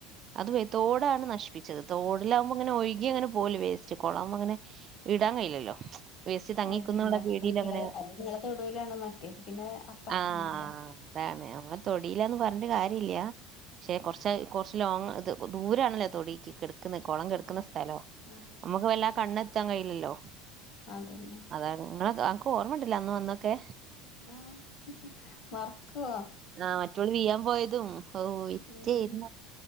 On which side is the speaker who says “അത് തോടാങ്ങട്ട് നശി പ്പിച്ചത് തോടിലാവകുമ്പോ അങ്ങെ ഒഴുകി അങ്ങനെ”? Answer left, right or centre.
Right